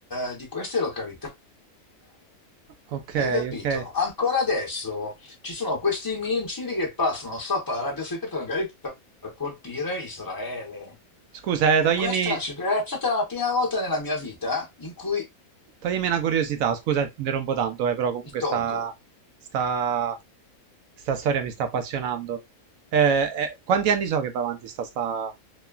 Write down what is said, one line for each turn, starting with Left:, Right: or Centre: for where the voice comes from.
Left: eh, di queste località.
Right: Ok,
Left: Hai capito?
Right: ok.
Left: Ancora adesso ci sono questi missili che passano sopra l'Arabia Saudita per magari per colpire Israele.
Right: Scusa, eh,
Left: E
Right: toglimi,
Left: questa cioè, è stata la prima volta nella mia vita in cui
Right: toglimi una curiosità, scusa, ti interrompo tanto, eh, però comunque
Left: ti tolgo.
Right: sta, sta, sta storia mi sta appassionando. Eh, eh, quanti anni so che va avanti sta, sta,